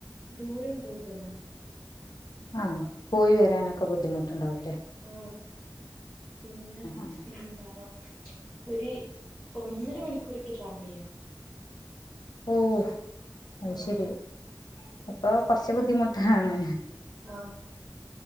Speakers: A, in the centre; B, on the left.
A: ദൂരം കൂട്തലാ
B: ആഹ് പോയി വരാനൊക്കെ ബുദ്ധിമുട്ട്ണ്ടാവൂലെ
A: ആഹ് പിന്നെ
B: ആഹ്
A: എന്താ ഒര് ഒന്നര മണിക്കൂറെങ്കിലും ട്രാവലെയ്യണം
B: ഓ അത്
A: ആഹ്
B: ശെരി അപ്പൊ കൊർച്ച്‌ ബുദ്ധിമുട്ടാണ്
A: ആഹ്